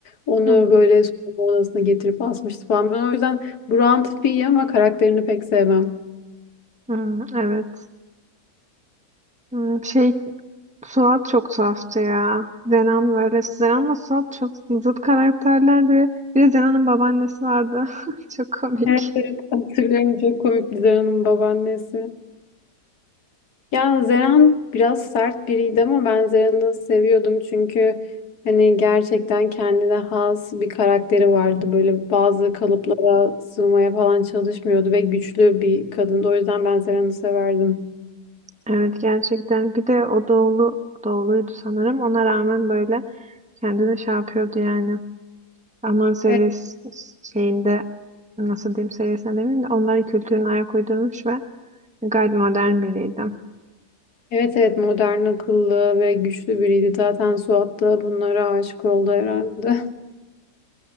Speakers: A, on the left; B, in the centre.
A: Onu
B: Hmm,
A: böyle soyunma odasına getirip asmıştı falan. Ben o yüzden Burak'ın tipi iyi ama karakterini pek sevmem.
B: hmm, evet. Hmm, şey Suat çok tuhaftı ya. Zenan böyle. Zenan Suat çok zıt karakterlerdi. Bir de Zenan'ın babaannesi vardı. <laughs> Çok komik.
A: Evet, evet hatırlıyorum çok komik Dilan Hanım'ın babaannesi. Ya Zeren biraz sert biriydi ama ben Zeren'i seviyordum çünkü hani gerçekten kendine has bir karakteri vardı. Böyle bazı kalıplara sığmaya falan çalışmıyordu ve güçlü bir kadındı. O yüzden ben Zeren'i severdim.
B: Evet gerçekten. Bir de o doğulu doğuluydu sanırım. Ona rağmen böyle kendini şey yapıyordu yani. Alman seviyesi
A: Evet,
B: şeyinde nasıl diyeyim seviyesine demeyeyim de onların kültürüne ayak uydurmuş ve Gayet modern biriydim.
A: evet evet modern akıllı ve güçlü biriydi. Zaten Suat da bunlara aşık oldu herhalde. <laughs>